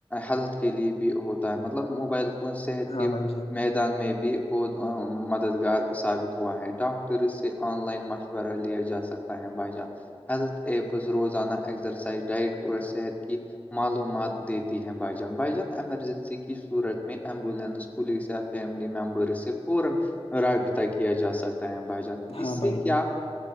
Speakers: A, on the left; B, on the left.
A: ہیلتھ کے لئے بھی ہوتا ہے مطلب موبائل صحت
B: ہاں
A: کے
B: بھائی جان
A: میدان میں بھی بہت م مددگار ثابت ہوا ہے ڈاکٹر سے آن لائن مشورہ لیا جا سکتا ہے بھائی جان ہیلتھ ایپس روزانہ ایگزرسائز ڈائٹ اورور صحت کی معلومات دیتی ہیں بھ جان بھائی جان ایمرجنسی کی صورت میں ایمبولینس پولیسیا فیملی ممبرس سے پورا رابطہ کیا جا سکتا ہے بھائی جان
B: ہاں
A: اس
B: بھائی
A: سے کیا
B: جان